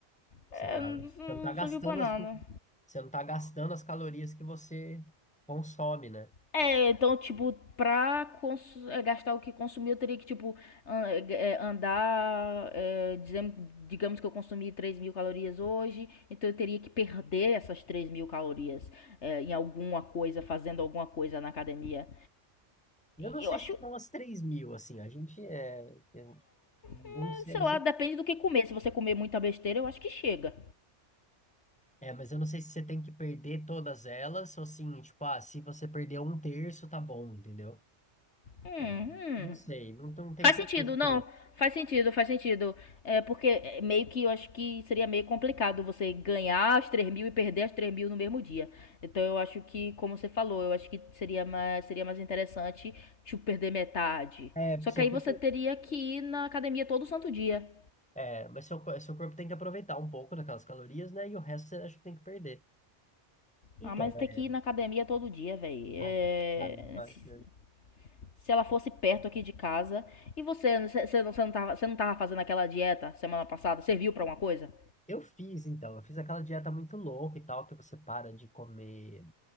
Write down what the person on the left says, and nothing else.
É,
não,
não
serviu pra nada.
É, então, tipo, pra cons- é, gastar o que consumir, eu teria que, tipo, an- é, é, andar. é, dizem- digamos que eu consumi três mil calorias hoje, então eu teria que perder essas três mil calorias é, em alguma coisa, fazendo alguma coisa na academia.
Eu
acho,
é,
sei
lá,
depende do que comer. Se você comer muita besteira, eu acho que chega.
Hum,
hum.
Faz
sentido, não.
Faz sentido, faz sentido. É porque é meio que eu acho que seria meio complicado você ganhar as três mil e perder as três mil no mesmo dia. Então eu acho que, como você falou, eu acho que seria mais, seria mais interessante tipo perder metade.
Só
que aí
você teria que ir na academia todo santo dia.
Ah, mas tem
que ir na academia todo dia, velho.
É...
se-
Se ela fosse perto aqui de casa e você, você não, você, não tava, você não tava fazendo aquela dieta semana passada, serviu pra alguma coisa?